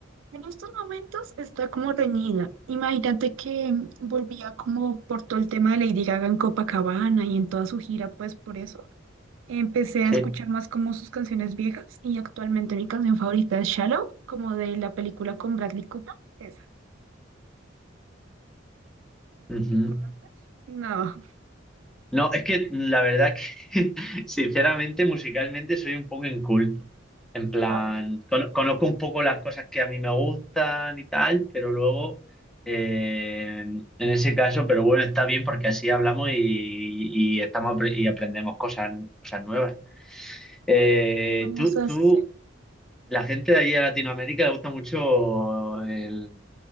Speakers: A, on the right (about 75°); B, in the centre.
A: En estos momentos está como reñida. Imagínate que volvía como por todo el tema de Lady Gaga en Copacabana y en toda su gira, pues por eso. Empecé
B: Sí.
A: a escuchar más como sus canciones viejas y actualmente mi canción favorita es Shallow, como de la película con Bradley Cooper. Esa,
B: Ujú.
A: ¿la conoces? No.
B: No, es que la verdad que, <laughs> sinceramente, musicalmente soy un poco inculto. En plan,
A: Ah,
B: cono- conozco un poco las cosas que a mí me gustan y tal, pero luego, eh, en ese caso, pero bueno, está bien porque así hablamos y, y estamos apre- y aprendemos cosas, cosas nuevas. Eh,
A: ¿qué Vamos
B: tú,
A: a
B: tú,
A: hacer.
B: la gente de allí de Latinoamérica le gusta mucho el,